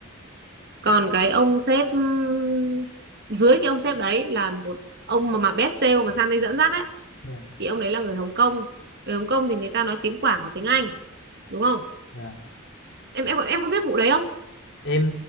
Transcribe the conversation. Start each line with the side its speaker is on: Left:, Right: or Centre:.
Right: còn cái ông sếp ừm, dưới cái ông sếp đấy là một ông mà mà best sale mà sang đây dẫn dắt ấy
Left: dạ
Right: thì ông đấy là người Hồng Kông người Hồng Kông thì người ta nói tiếng Quảng và tiếng Anh đúng không
Left: dạ.
Right: em em em có biết vụ đấy không
Left: em